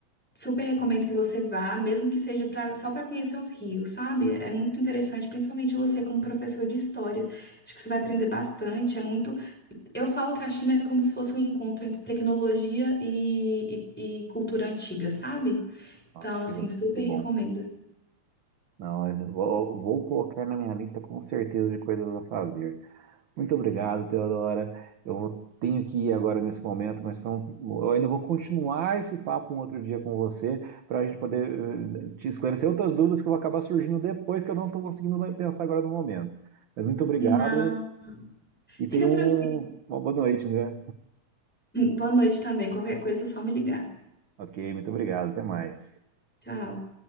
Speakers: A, in the centre; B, on the right.
A: Super recomendo que você vá, mesmo que seja pra, só para conhecer os rios, sabe? É muito interessante, principalmente você como professor de história. Acho que você vai aprender bastante. É muito. Eu falo que a China é como se fosse um encontro entre tecnologia e, e, e cultura antiga, sabe?
B: Nossa,
A: Então, assim,
B: que,
A: super
B: que bom.
A: recomendo.
B: Não, eu vou, vou colocar na minha lista com certeza de coisas a fazer. Muito obrigado, Teodora. Eu vou- tenho que ir agora nesse momento, mas foi um- eu ainda vou continuar esse papo um outro dia com você para a gente poder eh, te esclarecer outras dúvidas que vão acabar surgindo depois que eu não estou conseguindo pensar agora no momento. Mas muito obrigado
A: Não.
B: e
A: Fica
B: tenha
A: tranquilo.
B: um- uma boa noite, né?
A: Boa noite também. Qualquer coisa é só me ligar.
B: Ok, muito obrigado. Até mais.
A: Tchau.